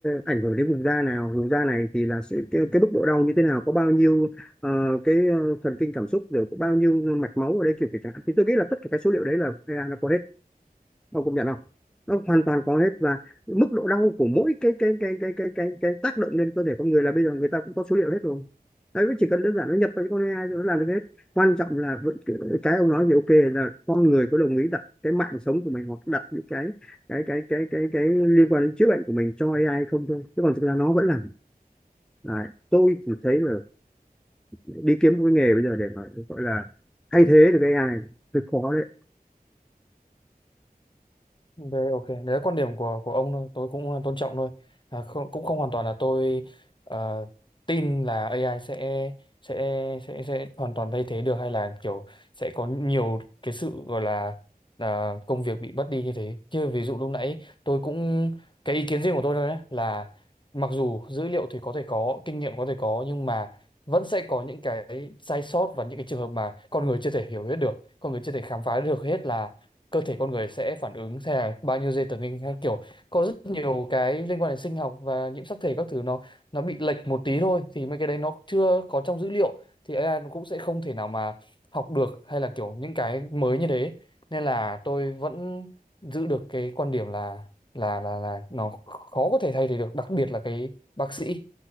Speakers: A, in the centre; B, on the left.
A: ảnh hưởng đến vùng da nào vùng da này thì là sự, cái, cái mức độ đau như thế nào có bao nhiêu ờ, cái ờ, thần kinh cảm xúc rồi có bao nhiêu mạch máu ở đây kiểu kiểu chẳng hạn. thì tôi nghĩ là tất cả cái số liệu đấy là AI nó có hết ông công nhận không nó hoàn toàn có hết và mức độ đau của mỗi cái cái cái cái cái cái, cái tác động lên cơ thể con người là bây giờ người ta cũng có số liệu hết rồi đấy chỉ cần đơn giản nó nhập vào cái con AI rồi nó làm được hết quan trọng là vẫn cái ông nói thì ok là con người có đồng ý đặt cái mạng sống của mình hoặc đặt những cái cái cái cái cái cái, liên quan đến chữa bệnh của mình cho AI không thôi chứ còn thực ra nó vẫn làm được. Đấy. tôi chỉ thấy là đi kiếm một cái nghề bây giờ để mà gọi là thay thế được cái AI hơi khó đấy
B: Đấy, ok, đấy là quan điểm của của ông thôi, tôi cũng tôn trọng thôi. À, không, cũng không hoàn toàn là tôi ờ, tin là AI sẽ sẽ sẽ sẽ hoàn toàn thay thế được hay là kiểu sẽ có nhiều cái sự gọi là à, công việc bị mất đi như thế. Chứ ví dụ lúc nãy tôi cũng cái ý kiến riêng của tôi thôi đấy là mặc dù dữ liệu thì có thể có, kinh nghiệm có thể có nhưng mà vẫn sẽ có những cái sai sót và những cái trường hợp mà con người chưa thể hiểu hết được, con người chưa thể khám phá được hết là cơ thể con người sẽ phản ứng theo bao nhiêu dây tần linh hay kiểu có rất nhiều cái liên quan đến sinh học và nhiễm sắc thể các thứ nó nó bị lệch một tí thôi thì mấy cái đấy nó chưa có trong dữ liệu thì AI nó cũng sẽ không thể nào mà học được hay là kiểu những cái mới như thế nên là tôi vẫn giữ được cái quan điểm là là là là nó khó có thể thay thế được đặc biệt là cái bác sĩ